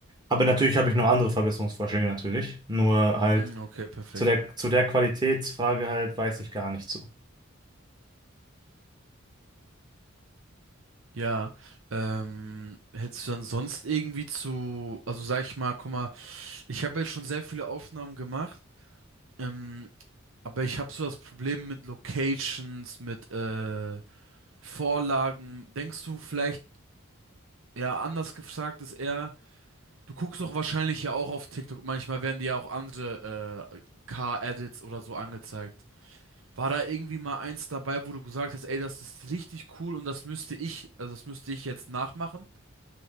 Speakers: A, on the right; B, on the right.
A: Aber natürlich habe ich noch andere Verbesserungsvorschläge natürlich. Nur halt
B: Mm, Okay, perfekt.
A: zu der, zu der Qualitätsfrage halt weiß ich gar nicht so.
B: Ja, ähm, hättest du dann sonst irgendwie zu, also sag ich mal, guck mal, ich habe jetzt schon sehr viele Aufnahmen gemacht, ähm, aber ich habe so das Problem mit Locations, mit äh, Vorlagen. Denkst du vielleicht, ja, anders gefragt ist eher, du guckst doch wahrscheinlich ja auch auf TikTok, manchmal werden dir ja auch andere äh, Car-Edits oder so angezeigt. War da irgendwie mal eins dabei, wo du gesagt hast, ey, das ist richtig cool und das müsste ich, also das müsste ich jetzt nachmachen?